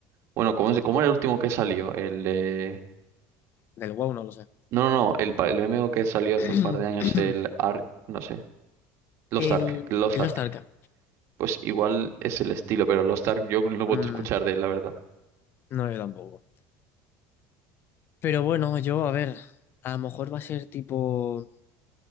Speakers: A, on the right; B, on the left.
A: Bueno, ¿cómo, es- cómo era el último que salió? El eh,
B: del WoW no lo sé.
A: No, no, no, el, pa- el MMO que salió hace
B: <clears throat>
A: un par de años, el Ark, no sé, Lost
B: El,
A: Ark, Lost
B: el
A: Ark.
B: Lost Ark.
A: Pues igual es el estilo, pero Lost Ark yo no he vuelto
B: Mm,
A: a escuchar de él, la verdad.
B: no, yo tampoco. Pero bueno, yo, a ver, a lo mejor va a ser tipo,